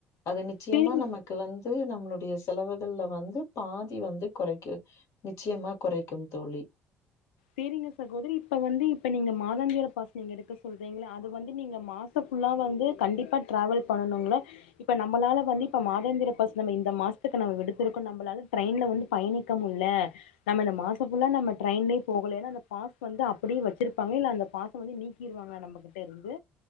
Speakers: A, on the left; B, on the left.
A: அது நிச்சயமா
B: சேரிங்க
A: நமக்கு வந்து இதே நம்மளுடைய செலவுகள்ல வந்து பாதி வந்து குறைக்கு நிச்சயமா குறைக்கும் தோழி
B: சேரிங்க சகோதரி இப்ப வந்து இப்ப நீங்க மாதாந்திர பாஸ நீங்க எடுக்க சொல்றீங்கள்ல அது வந்து நீங்க மாச ஃபுல்லா வந்து கண்டிப்பா டிராவல் பண்ணனும்ங்களா இப்ப நம்மளால வந்து இப்ப மாதாந்திர பாஸ் நம்ம இந்த மாசத்துக்கு நம்ம எடுத்திருக்கோம் நம்மளால டிரரெயின்ல வந்து பயணிக்கமுடில்ல நம்ம இந்த மாசம் ஃபுல்லா நம்ம ட்ரெயின்ல போகலேன்னா அந்த பாஸ் வந்து அப்படியே வச்சிருப்பாங்க இல்ல அந்த பாஸ் வந்து நீக்கிருவாங்கலா நம்மகிட்ட இருந்து